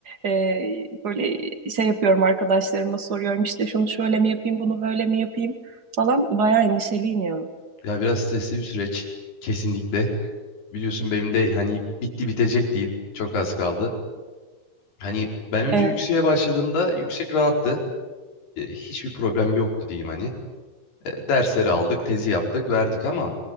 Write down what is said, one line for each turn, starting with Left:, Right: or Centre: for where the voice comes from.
Right: Ee, böyle şey yapıyorum arkadaşlarıma soruyorum işte şunu şöyle mi yapayım bunu böyle mi yapayım falan baya endişeliyim ya.
Left: Ya biraz stresli bir süreç. Kesinlikle. Biliyorsun benim de hani bitti bitecek diyeyim. Çok az kaldı. Hani ben önce
Right: Evet.
Left: yükseğe başladığımda yüksek rahattı. Ee, hiçbir problem yoktu diyeyim hani. Ee, dersleri aldık, tezi yaptık, verdik ama